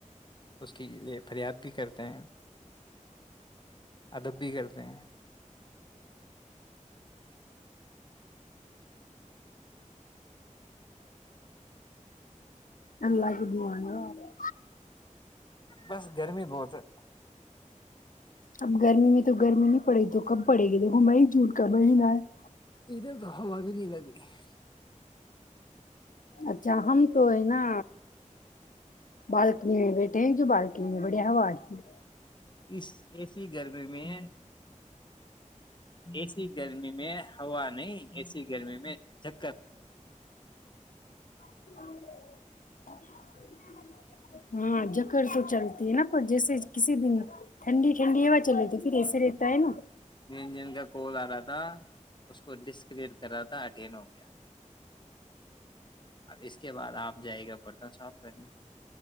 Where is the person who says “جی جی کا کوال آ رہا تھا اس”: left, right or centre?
Left